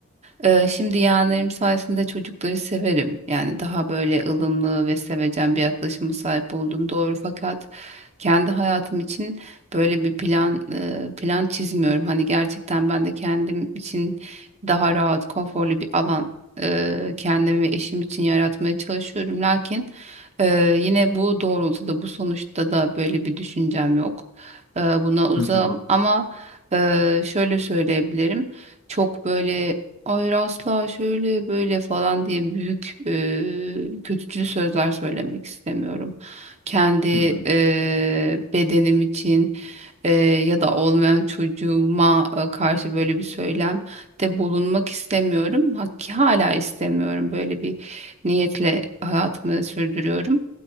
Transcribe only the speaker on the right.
E, şimdi yeğenlerim sayesinde çocukları severim yani daha böyle ılımlı ve sevecen bir yaklaşıma sahip oldum doğru fakat kendi hayatım için böyle bir plan e, plan çizmiyorum. Hani gerçekten ben de kendim için daha rahat, konforlu bir alan e, kendim ve eşim için yaratmaya çalışıyorum. Lakin e, yine bu doğrultuda, bu sonuçta da böyle bir düşüncem yok. E, buna uzağım
ama e, şöyle söyleyebilirim. Çok böyle Hayır asla şöyle böyle falan diye büyük e, kötücül sözler söylemek istemiyorum. Kendi
e, bedenim için, e, ya da olmayan çocuğuma e, karşı böyle bir söylem de bulunmak istemiyorum. Hakki hala istemiyorum. Böyle bir niyetle hayatımı sürdürüyorum.